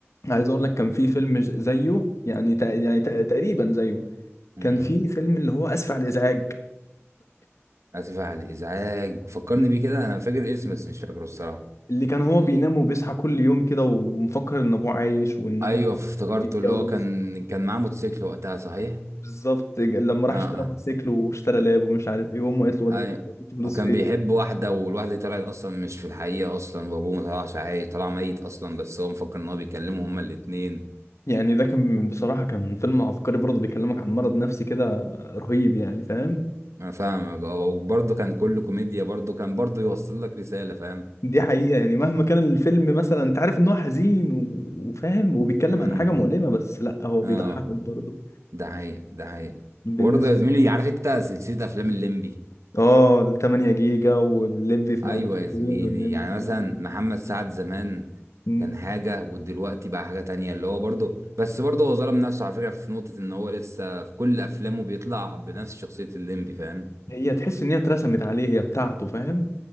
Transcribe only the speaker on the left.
عايز أقول لك كان في فيلم زيه يعني تق- يعني تق- تقريبا زيه
كان في فيلم اللي هو آسف على الإزعاج
مم.
مم.
اللي كان هو بينام وبيصحى كل يوم كده ومفكر إن أبوه عايش وإن هو
بيتجوز
بالظبط لما راح
اشترى
موتوسيكل واشترى لاب ومش عارف ايه وامه قالت له ودي
فلوس
فين
يعني ده كان بصراحة كان فيلم عبقري برضه بيكلمك عن مرض نفسي كده رهيب يعني فاهم
دي حقيقة يعني مهما كان الفيلم مثلا انت عارف ان هو حزين و- وفاهم وبيتكلم
عن حاجة مؤلمة بس لا هو بيضحكك
برضه
بالنسبة
اه ال 8 جيجا والليمبي في
معرفش
فين والليمبي
في إيه.
مم.
هي تحس ان هي اترسمت عليه هي بتاعته فاهم